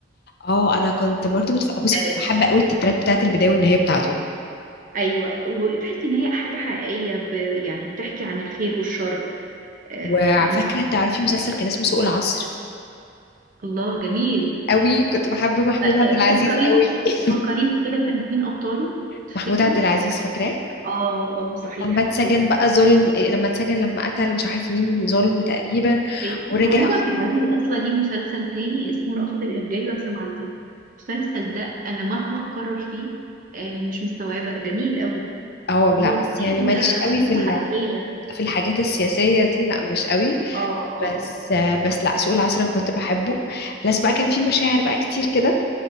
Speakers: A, on the left (about 55°); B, on the right (about 45°).
A: اه انا كنت برضو بتف... بصي
B: آه،
A: كنت بحب قوي التترات بتاعت البدايه والنهايه بتاعته
B: ايوه وتحسي ان هي حاجه حقيقيه ب... يعني بتحكي عن الخير والشر آه
A: وفاكره
B: انت
A: تعرفي مسلسل كان اسمه سوق العصر
B: الله جميل
A: قوي كنت بحب محمود
B: آه آه،
A: عبد العزيز
B: فكريني
A: قوي
B: فكريني كده كانت مين ابطاله
A: <laughs>
B: تفتكري
A: محمود عبد العزيز فاكراه
B: اه اه صحيح
A: لما اتسجن
B: صحيح
A: بقى ظلم إيه، لما اتسجن لما قتل مش عارف مين ظلم تقريبا
B: طيب
A: ورجع
B: محمود عبد العزيز اصلا ليه مسلسل تاني اسمه رأفت الهجان لو سمعتيه المسلسل ده انا مهما اكرر فيه آه مش مستوعبه جميل قوي
A: اه
B: وهو
A: لا
B: تقريبا
A: بس يعني ماليش قوي
B: آه قصه
A: في ال...
B: حقيقيه
A: في الحاجات السياسيه دي لا مش قوي
B: اه اه آه.
A: بس بس لا سوق العصر انا كنت بحبه بس بقى كان في مشاعر بقى كتير كده